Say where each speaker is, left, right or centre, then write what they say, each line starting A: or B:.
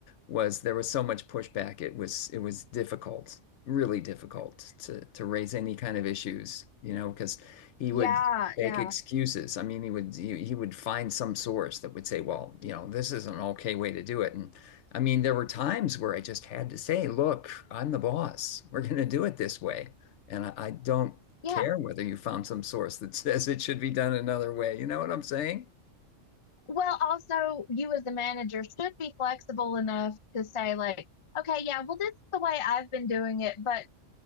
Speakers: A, on the left; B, on the left.
A: was there was so much pushback it was it was difficult, really difficult to to raise any kind of issues, you know, because he
B: Yeah,
A: would make
B: yeah,
A: excuses. I mean, he would he, he would find some source that would say, well, you know, this is an okay way to do it. And I mean, there were times where I just had to say, look, I'm the boss. We're going to do it this way. And I, I don't
B: yeah.
A: care whether you found some source that <laughs> says it should be done another way. You know what I'm saying?
B: Well, also, you as the manager should be flexible enough to say, like, okay, yeah, well, this is the way I've been doing it, but